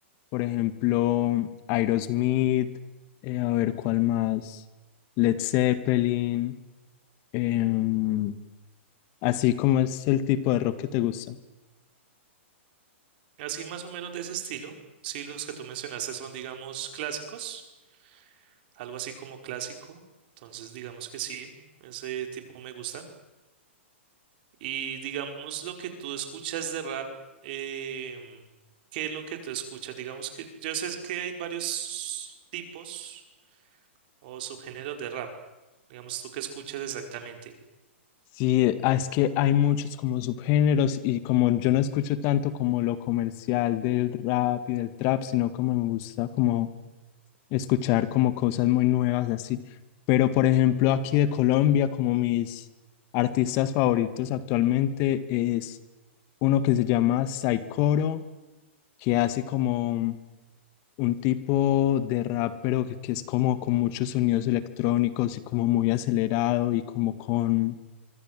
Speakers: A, on the left (about 40°); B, on the right (about 50°).
A: por ejemplo, Aerosmith, eh, a ver cuál más, Led Zeppelin, em, así como es el tipo de rock que te gusta.
B: Así más o menos de ese estilo. Sí, los que tú mencionaste son, digamos, clásicos, algo así como clásico. Entonces, digamos que sí, ese tipo me gusta. Y digamos lo que tú escuchas de rap, em, ¿qué es lo que tú escuchas? Digamos que yo sé que hay varios tipos o subgéneros de rap. Digamos, tú qué escuchas exactamente.
A: Sí, ah, es que hay muchos como subgéneros y como yo no escucho tanto como lo comercial del rap y del trap, sino como me gusta como escuchar como cosas muy nuevas así. Pero por ejemplo aquí de Colombia, como mis artistas favoritos actualmente es uno que se llama Saikoro, que hace como un tipo de rap, pero que, que es como con muchos sonidos electrónicos y como muy acelerado y como con